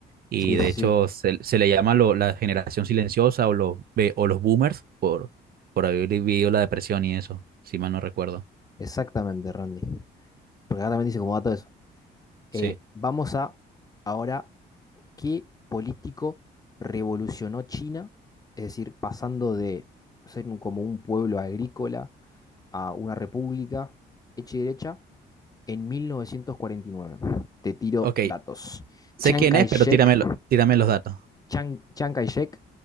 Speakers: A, on the right; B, on the left.
A: Y
B: Sí,
A: de
B: sí,
A: hecho
B: sí,
A: se, se le llama lo- la generación silenciosa o los, be- o los boomers por, por haber vivido la depresión y eso, si mal no recuerdo.
B: exactamente, Randy. Porque acá también dice como dato eso.
A: Sí.
B: Eh, vamos a ahora qué político revolucionó China, es decir, pasando de ser un- como un pueblo agrícola a una república hecha y derecha en 1949. Te tiro
A: Ok,
B: datos.
A: sé
B: Chiang
A: quién
B: Kai-shek,
A: es, pero tírame, lo- tírame los datos.
B: Chiang, Chiang Kai-shek,